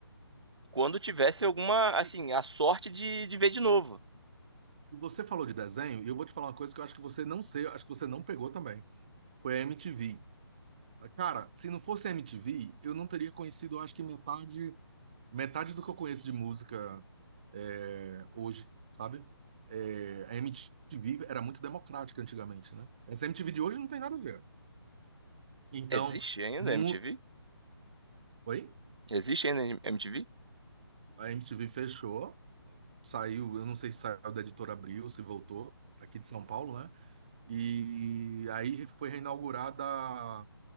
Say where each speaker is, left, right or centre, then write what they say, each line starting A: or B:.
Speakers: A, on the right (about 80°); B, on the right (about 20°).
A: quando tivesse alguma, assim,
B: E,
A: a sorte de, de ver de novo.
B: e você falou de desenho, e eu vou te falar uma coisa que eu acho que você não sei, acho que você não pegou também. Foi a MTV. Cara, se não fosse a MTV, eu não teria conhecido, eu acho que metade, metade do que eu conheço de música é, hoje, sabe? É, a MTV era muito democrática antigamente, né? Essa MTV de hoje não tem nada a ver. Então,
A: Existe ainda
B: mu...
A: a MTV?
B: Oi?
A: Existe ainda a MTV?
B: A MTV fechou. saiu, eu não sei se saiu da editora Abril, se voltou, aqui de São Paulo, né? E aí foi reinaugurada,